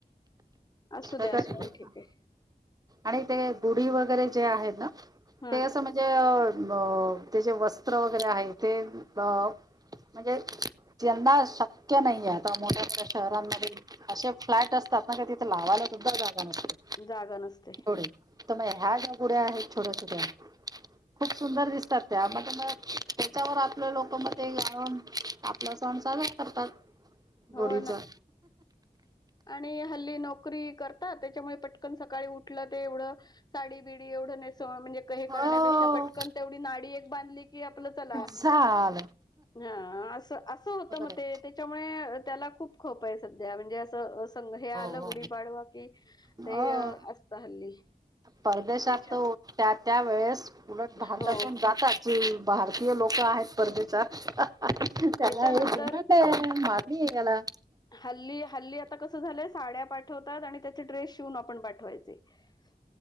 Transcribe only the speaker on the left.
असू दे
असू
दे ठीक
आहे.
हा
जागा नसते!
हो
ना आणि हल्ली नोकरी करताात त्याच्यामुळे पटकन सकाळी उठल ते एवढं. साडी बिडी एवढं नेसवा म्हणजे हे
करण्यापेक्षा पटकन तेवढी नाडी एक बांधली की आपलं चला
हा अस असं होतं मग
ते. त्याच्यामुळे त्याला खूप खप आहे सध्या म्हणजे अस अस संघ हे
आलं
गुढीपाडवा की
ते असत हल्ली.
त्याच्या
हो
त्याच्यानंतर
हल्ली हल्ली आता कसं झालंय साड्या पाठवतात आणि त्याचे ड्रेस शिवून आपण पाठवायचे. <inaudible>